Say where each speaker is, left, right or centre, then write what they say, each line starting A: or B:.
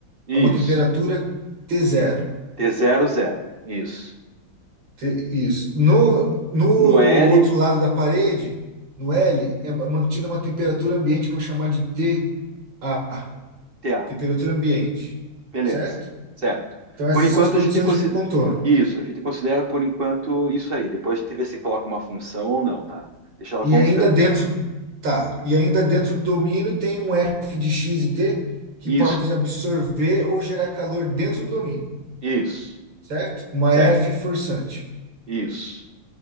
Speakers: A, on the right; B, on the right.
A: Isso.
B: a uma temperatura t zero
A: t zero zero. Isso.
B: Te- Isso. No, no outro
A: No L,
B: lado da parede, no L, é mantida uma temperatura ambiente que eu vou chamar de T a
A: TA.
B: temperatura ambiente,
A: Beleza,
B: certo?
A: certo.
B: Então, essas
A: Por enquanto
B: são as condições
A: a gente considera
B: de contorno.
A: isso, a gente considera por enquanto isso aí. Depois a gente vê se coloca uma função ou não, tá? Deixa ela
B: E
A: constante.
B: ainda dentro, tá, e ainda dentro do domínio tem um F de x e t que
A: Isso,
B: pode absorver ou gerar calor dentro do domínio,
A: isso,
B: certo? Uma
A: certo.
B: F forçante.
A: Isso,